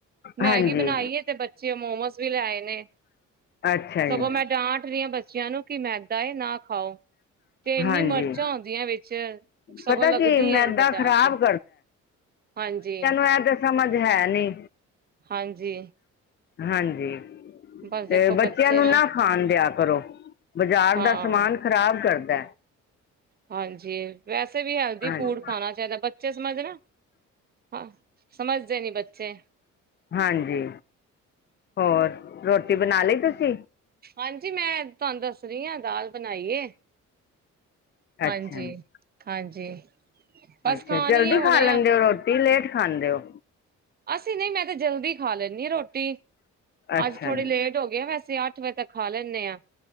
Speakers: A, on the right; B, on the left.
A: ਮੈਗੀ
B: ਹਾਂਜੀ
A: ਬਣਾਈ ਏ ਤੇ ਬੱਚੇ ਔ ਮੋਮੋਸ ਵੀ ਲੈ ਆਏ ਨੇ।
B: ਅੱਛਾ
A: ਸਗੋਂ
B: ਜੀ
A: ਮੈਂ ਡਾਂਟ ਰੀ ਆਂ ਬੱਚਿਆਂ ਨੂੰ ਕਿ ਮੈਦਾ ਏ ਨਾ ਖਾਓ, ਤੇ ਇੰਨੀ
B: ਹਾਂਜੀ
A: ਮਿਰਚਾਂ ਹੂੰਦੀਐ ਵੇ। ਚ ਸਗੋਂ
B: ਪਤਾ
A: ਲੱਗਦੀ
B: ਕੀ ਮੈਦਾ
A: ਏ ਅੰਦਰ ਜਾ
B: ਖ਼ਰਾਬ
A: ਕੇ, ਹਾਂਜੀ।
B: ਐ ਤੇ ਸਮਝ ਹੈ ਨੀ।
A: ਹਾਂਜੀ।
B: ਹਾਂਜੀ।
A: ਬਸ ਦੇਖੋ
B: ਤੇ
A: ਬੱਚੇ
B: ਬੱਚਿਆਂ ਨੂੰ ਨਾ ਖਾਣ ਦਿਆ ਕਰੋ, ਬਜ਼ਾਰ
A: ਹਾਂ।
B: ਦਾ ਸਮਾਨ ਖਰਾਬ ਕਰਦੈ।
A: ਹਾਂਜੀ, ਵੈਸੇ ਵੀ ਹੈਲਦੀ
B: ਹਾਂਜੀ
A: ਫੂਡ ਖਾਣਾ ਚਾਹੀਦਾ। ਬੱਚੇ ਸਮਝਦੇ ਨਾ, ਹਾਂ ਸਮਝਦੇ ਨੀ ਬੱਚੇ।
B: ਹਾਂਜੀ, ਹੋਰ ਰੋਟੀ ਬਣਾ ਲਈ ਤੁਸੀਂ?
A: ਹਾਂਜੀ ਮੈਂ ਤੁਹਾਨੂੰ ਦੱਸ ਰੀ ਆਂ ਦਾਲ ਬਣਾਈ ਏ। ਹਾਂਜੀ,
B: ਅੱਛਾ ਜੀ
A: ਹਾਂਜੀ। ਬਸ
B: ਅੱਛਾ
A: ਖਾਣੀ
B: ਜਲਦੀ
A: ਏ ਹੁਣੇ
B: ਖਾ ਲੈਂਦੇ
A: ਆ
B: ਓ ਰੋਟੀ ਲੇਟ ਖਾਂਦੇ ਓ?
A: ਅਸੀਂ ਨਹੀਂ ਮੈਂ ਤੇ ਜਲਦੀ ਖਾ ਲੈਂਨੀ ਰੋਟੀ।
B: ਅੱਛਾ
A: ਅੱਜ ਥੋੜ੍ਹੀ
B: ਜੀ
A: ਲੇਟ ਹੋਗੇ ਆਂ ਵੈਸੇ ਅੱਠ ਵਜੇ ਤੱਕ ਖਾ ਲੈਨੇ ਆਂ।